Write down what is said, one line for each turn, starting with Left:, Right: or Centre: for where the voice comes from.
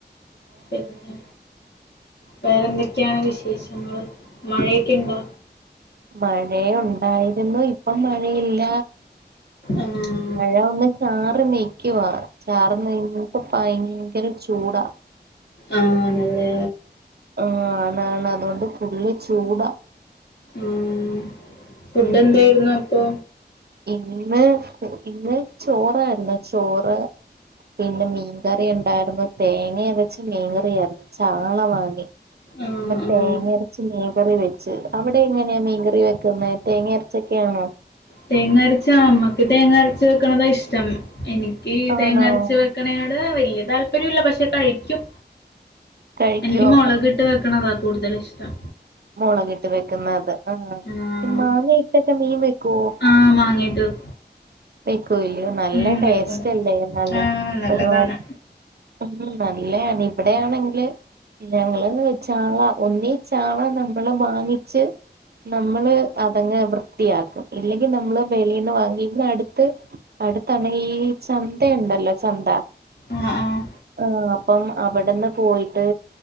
Left: പിന്നെ വേറെന്തെക്കെയാണ് വിശേഷങ്ങള് മഴെയ്ക്ക്‌ണ്ടോ?
Right: മഴെ ഉണ്ടായിരുന്നു ഇപ്പം മഴയില്ല.
Left: ആഹ്
Right: മഴ ഒന്ന് ചാറി നിക്ക്യുവാ ചാറ് നെയട്ട ഭയങ്കര ചൂടാ.
Left: ആ ആണല്ലേ.
Right: ആ ആണാണ് അതുകൊണ്ട് ഫുള്ള് ചൂടാ.
Left: ഉം ഫുഡെന്തെയ്രുന്നു
Right: ഉം
Left: അപ്പൊ?
Right: ഇന്ന് ഇന്ന് ചോറായ്രുന്നു ചോറ്. പിനെ മീൻകറി ഇണ്ടായിരുന്നു. തേങ്ങ അരച്ച മീൻകറിയായിരുന്നു. ചാള വാങ്ങി.
Left: ആഹ്
Right: അപ്പ
Left: ആഹ്
Right: തേങ്ങയരച്ച് മീൻകറി വെച്ച്. അവിടെ എങ്ങനെയാ മീൻകറി വെക്കുന്നെ തേങ്ങ അരച്ചൊക്കെയാണോ?
Left: തേങ്ങ അരച്ചാ അമ്മക്ക് തേങ്ങ അരച്ച് വെക്കണത ഇഷ്ടം എനിക്ക്
Right: ആണോ
Left: തേങ്ങ അരച്ച് വെകെ വെക്കണെയൊട് വെല്യ താല്പര്യംല്ല പക്ഷെ കഴിക്കും.
Right: കഴിക്കോ
Left: എനിക്ക് മൊളക് ട്ട് വെക്കണതാ കൂടുതലിഷ്ട്ടം.
Right: മൊളകിട്ട് വെക്കുന്നത്ത് ആഹ്
Left: ആഹ്
Right: മാങ്ങയിട്ടൊക്കെ മീൻ വെക്കുവോ?
Left: ആഹ് മാങ്ങയിട്ട് വെക്കും.
Right: വെക്യോ വില്യോ നല്ല
Left: ഉം
Right: ടേസ്റ്റ്ല്ലേ
Left: വെക്കും വെക്കും
Right: നല്ല
Left: ആഹ് നല്ലതാണ്
Right: ഒരുപാട്. ഉം ന്നല്ലയാണിവിടെയാണെങ്കില്. ഞങ്ങള് ചാള ഒന്നീ ചാള നമ്മള് വാങ്ങിച്ച്. നമ്മള് അതങ്ങ് വൃത്തിയാക്കും ഇല്ലെങ്കിനമ്മള് വെളീന്ന് വാങ്ങി ഇവിട അടു ത്ത് അടുത്തണയി ചന്തയിണ്ടല്ലോ ചന്ത.
Left: ആഹ് ആഹ്
Right: ആഹ് അപ്പം അവിടന്ന് പോയിട്ട്